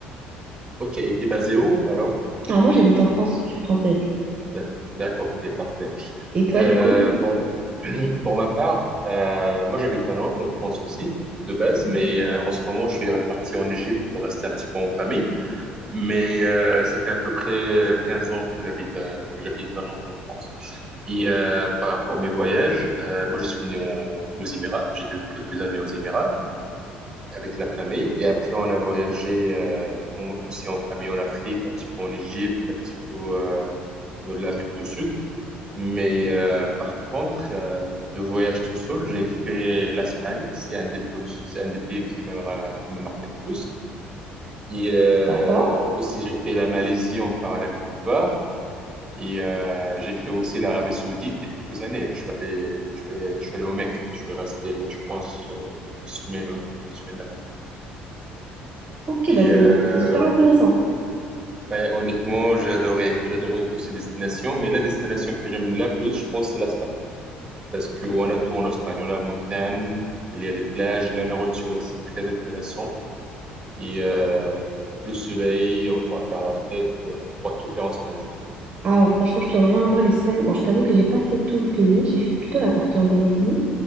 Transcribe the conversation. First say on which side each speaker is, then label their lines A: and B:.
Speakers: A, on the right; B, on the right.
A: Ok, et t'es basé où alors?
B: Alors moi, j'habite en France, je suis française.
A: D'ac- D'accord, ok, parfait.
B: Et toi,
A: Euh,
B: du coup?
A: pour, <clears throat> pour ma part, euh, moi j'habite à Nantes, en France aussi, de base, mais euh, en ce moment je suis reparti en Égypte pour rester un petit peu en famille. Mais euh, ça fait à peu près 15 ans que j'habite euh, que j'habite à Nantes, en France. Et euh, par rapport à mes voyages, euh, moi je suis né en- aux Émirats, j'ai vécu quelques années aux Émirats avec la famille. Et après on a voyagé euh, en- aussi en famille en Afrique, un petit peu en Égypte, un petit peu euh, dans l'Afrique du Sud. Mais euh, par contre, euh, de voyage tout seul, j'ai fait l'Espagne. C'est un des plus, c'est un des pays qui m'a qui m'a marqué le plus. Et euh,
B: D'accord.
A: aussi, j'ai fait la Malaisie en parallèle comme toi. Et euh, j'ai fait aussi l'Arabie Saoudite il y a quelques années. Je suis allé, je suis allé, je suis allé au Mecque. Je suis resté, je pense, euh, une semaine, une semaine là-bas.
B: Ok,
A: Et
B: bah c'est
A: euh,
B: c'est super intéressant.
A: ben, honnêtement, j'ai adoré, j'ai adoré toutes ces destinations. Mais la destination que j'aime la plus, je pense, c'est l'Espagne. parce qu'on a tout en Espagne. On a la montagne, il y a les plages, la nourriture ici, très intéressant. Et euh, le soleil, on pourra faire la fête, euh, on pourra tout faire en Espagne, je trouve.
B: Ah ouais, franchement, je te rejoins. Moi, l'Espagne, bon, je t'avoue que j'ai pas fait tout le pays, j'ai fait plutôt la partie Andalousie.